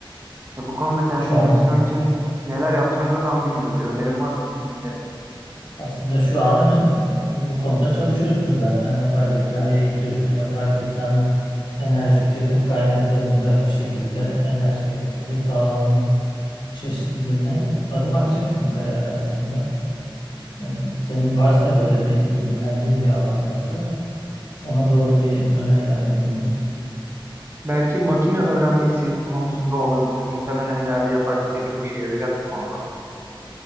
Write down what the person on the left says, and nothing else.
şu an?
Aslında şu an ön- e, bu konuda çalışıyorsun zaten. Yapay zekayı eğitiyorsun. Yapay zekanın enerji tüketim kaynaklarında bir şekilde enerji sektörüyle sağlamanın çeşitliliğine adım atacaksın kariyer hayatında. E, Senin varsa böyle bir ilgilendiğin bir alan varsa ona doğru bir önerilerde bulunayım.